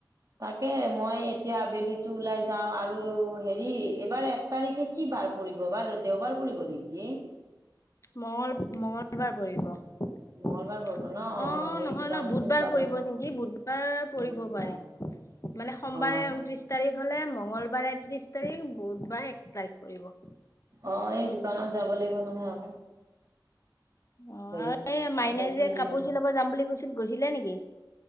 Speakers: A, on the right; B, on the left.
A: তাকে মই এতিয়া আবেলিটো ওলাই যাওঁ আৰু হেৰি এইবাৰ একটা এক তাৰিখে কি বাৰ পৰিব বাৰু দেওবাৰ পৰিব নেকি
B: মঙল মঙলবাৰ পৰিব অ
A: মঙ্গলবাৰ পৰিব ন অ
B: নহয়
A: এই দোকানতো
B: নহ বুধবাৰ
A: যাব
B: পৰিব চিংকি বুধবাৰ
A: লাগিব
B: পৰিব পাৰে মানে সোমবাৰে
A: অ
B: ঊনত্ৰিশ তাৰিখ হলে মংগলবাৰে ত্ৰিশ তাৰিখ বুধবাৰে এক তাৰিখ পৰিব
A: অ এই দোকানত যাব লাগিব নহয় আকৌ
B: অ
A: হেৰি
B: আৰু এই
A: তাকে
B: মাইনাই
A: তিনিআলি
B: যে কাপোৰ চিলাব যাম বুলি কৈছিল গৈছিলে নেকি